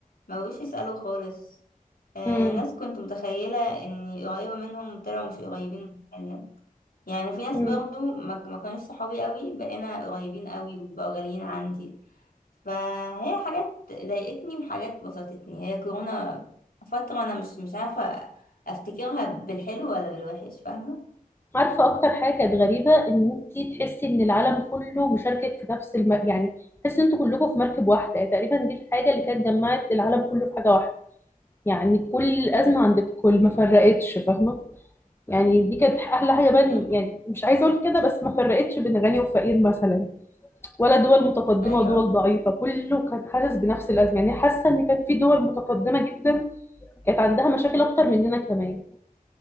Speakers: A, on the left; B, on the left.
A: ما بقوش يسالوا خالص آه
B: امم
A: ناس كنت متخيله اني قريبه منهم طلعوا مش قريبين من حاجه يعني في ناس
B: امم
A: برضو ما ما كانوش صحابي قوي بقينا قريبين قوي وبقوا غاليين عندي فهي حاجات ضايقتني وحاجات بسطتني هي كورونا فترة أنا مش مش عارفة أفتكرها بالحلو ولا بالوحش فاهمة؟
B: عارفة أكتر حاجة كانت غريبة إن أنت تحسي إن العالم كله مشاركك في نفس الم... يعني تحسي إن أنتوا كلكم في مركب واحدة يعني تقريبا دي الحاجة اللي كانت جمعت العالم كله في حاجة واحدة يعني كل الأزمة عند الكل
A: مم.
B: ما فرقتش فاهمة يعني دي كانت أحلى حاجة بقى إن-
A: مم.
B: يعني مش عايزة أقول كده بس ما فرقتش بين غني وفقير مثلا ولا دول متقدمة
A: أيوه
B: ودول ضعيفة كله كان حاسس بنفس الأزمة يعني حاسة إن كان في دول متقدمة جدا كانت عندها مشاكل أكتر مننا كمان